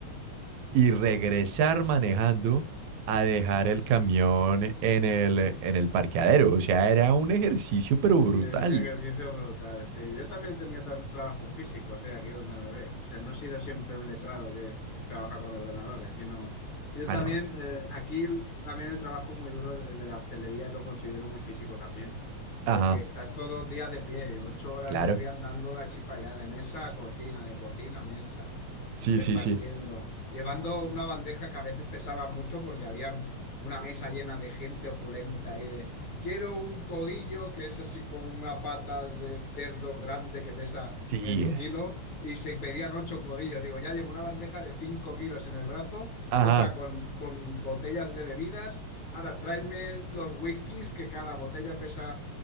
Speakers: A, on the right; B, on the left.
A: y regresar manejando a dejar
B: sí.
A: el camión en el,
B: Ay.
A: en el parqueadero. O sea, era un ejercicio, pero brutal.
B: Era un ejercicio brutal, sí. Yo también tenía tan- trabajo físico, o sea, aquí donde me ves. O sea, no he sido siempre un letrado que trabaja con ordenadores, sino yo
A: Ah,
B: también,
A: no.
B: eh, aquí el- también el trabajo muy duro, el de la hostelería, y lo considero muy físico también. Porque
A: Ajá,
B: estás todo el día de pie, ocho horas
A: claro.
B: de pie andando de aquí para allá, de mesa a cocina, de cocina a mesa,
A: Sí,
B: repartiendo,
A: sí, sí.
B: llevando una bandeja que a veces pesaba mucho porque había una mesa llena de gente opulenta y de, quiero un codillo que es así como una pata de cerdo grande que pesa
A: Sí.
B: medio kilo y se pedían ocho codillos. Digo, ya llevo una bandeja de cinco kilos en el brazo,
A: Ajá,
B: otra con, con botellas de bebidas Ahora, tráeme los whiskies que cada botella pesa